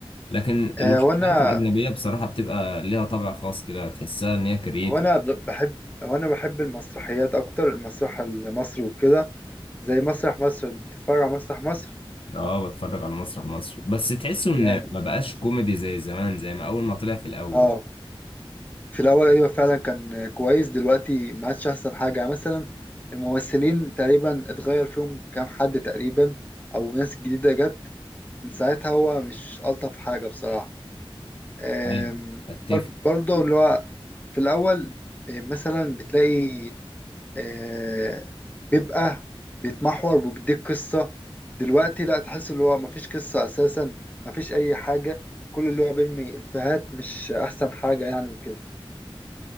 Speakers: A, on the left; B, on the left.
A: لكن المسلسلات
B: آه، وأنا
A: الاجنبيه بصراحه بتبقى ليها طابع خاص كده تحسها ان هي كرييتيف
B: وأنا ب- بحب وأنا بحب المسرحيات أكتر المسرح المصري وكده زي مسرح مصر بتتفرج على مسرح مصر
A: اه بتفرج على مسرح مصر بس تحسه ان
B: يعني
A: ما بقاش كوميدي زي زمان زي ما اول ما طلع في الاول
B: آه في الأول أيوة فعلا كان كويس دلوقتي ما عادش أحسن حاجة يعني مثلا الممثلين تقريبا اتغير فيهم كام حد تقريبا أو ناس جديدة جت من ساعتها هو مش ألطف حاجة بصراحة أم،
A: ايوه اتفق
B: بر- برضه اللي هو في الأول إيه، مثلا بتلاقي آه، بيبقى بيتمحور وبيديك قصة دلوقتي لا تحس اللي هو مفيش قصة أساسا مفيش أي حاجة كل اللي هو بيرمي إفيهات مش أحسن حاجة يعني وكده